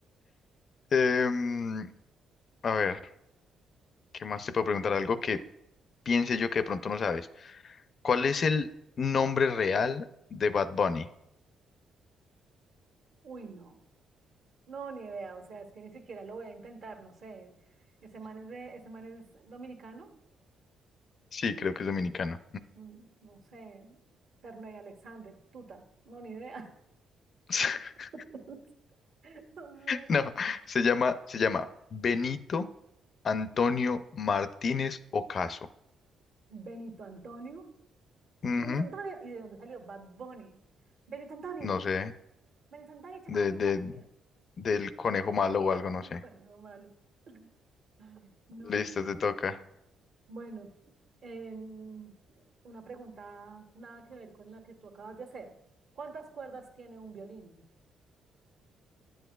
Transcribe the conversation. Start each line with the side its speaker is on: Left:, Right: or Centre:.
Left: Em, a ver, ¿qué más te puedo preguntar? Algo que piense yo que de pronto no sabes. ¿Cuál es el nombre real de Bad Bunny?
Right: Uy, no. No, ni idea. O sea, es que ni siquiera lo voy a intentar, no sé. Ese man es, de, ese man es dominicano.
Left: Sí, creo que es dominicano.
Right: Mm, No sé. Ferney Alexander, Tuta. No, ni idea.
Left: <laughs>
Right: <laughs> No sé,
Left: No,
Right: yo no sé.
Left: se llama, se llama Benito Antonio Martínez Ocaso.
Right: Benito Antonio.
Left: Ujú,
Right: Benito Antonio. ¿Y de dónde salió? Bad Bunny. Benito Antonio.
Left: No sé,
Right: Benito Antonio, echa
Left: de,
Right: para la pieza.
Left: de, del conejo malo o algo,
Right: <laughs>
Left: no
Right: El
Left: sé.
Right: conejo malo. Ay, No,
Left: Listo,
Right: me
Left: te toca.
Right: Bueno, em, una pregunta nada que ver con la que tú acabas de hacer. ¿Cuántas cuerdas tiene un violín?